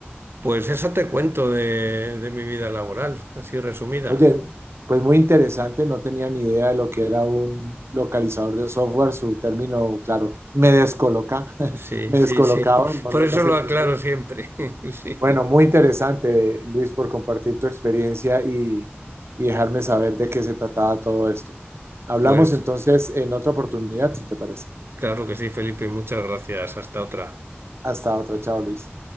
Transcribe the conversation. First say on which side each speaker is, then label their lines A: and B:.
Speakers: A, on the right (about 60°); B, on the right (about 75°).
A: Pues eso te cuento de, de mi vida laboral, así resumida.
B: Oye, pues muy interesante, no tenía ni idea de lo que era un localizador de software, su término, claro, me descoloca, <laughs>
A: Sí,
B: me
A: sí,
B: descolocaba,
A: sí. <laughs>
B: no,
A: Por
B: lo-
A: eso
B: no se
A: lo
B: entendía.
A: aclaro siempre. <laughs> Sí.
B: Bueno, muy interesante, Luis, por compartir tu experiencia y, y dejarme saber de qué se trataba todo esto. Hablamos
A: Pues.
B: entonces en otra oportunidad, si te parece.
A: Claro que sí, Felipe, muchas gracias. Hasta otra.
B: Hasta otra, chao, Luis.